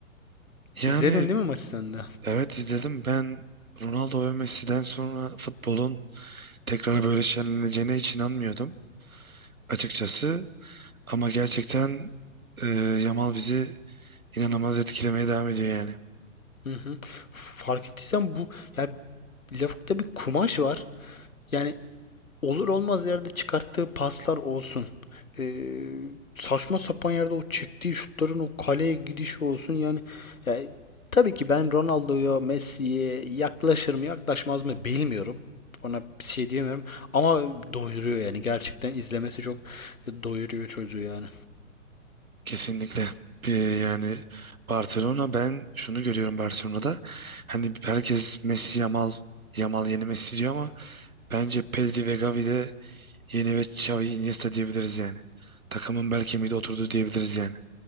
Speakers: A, on the right; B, on the left.
A: Yani
B: İzledin değil mi maçı sen de?
A: evet izledim. Ben Ronaldo ve Messi'den sonra futbolun tekrar böyle şenleneceğine hiç inanmıyordum açıkçası. Ama gerçekten e, Yamal bizi inanılmaz etkilemeye devam ediyor yani.
B: Hı hı. Fark ettiysen bu yani Lavuk'ta bir kumaş var. Yani olur olmaz yerde çıkarttığı paslar olsun. Ee, saçma sapan yerde o çektiği şutların o kaleye gidişi olsun yani, yani tabii ki ben Ronaldo'ya, Messi'ye yaklaşır mı yaklaşmaz mı bilmiyorum. Ona bir şey diyemiyorum ama doyuruyor yani gerçekten izlemesi çok doyuruyor çocuğu yani.
A: Kesinlikle. Bir, yani Barcelona ben şunu görüyorum Barcelona'da. Hani herkes Messi Yamal Yamal yeni Messi diyor ama Bence Pedri ve Gavi de yeni ve Xavi Iniesta diyebiliriz yani. Takımın bel kemiği de oturdu diyebiliriz yani.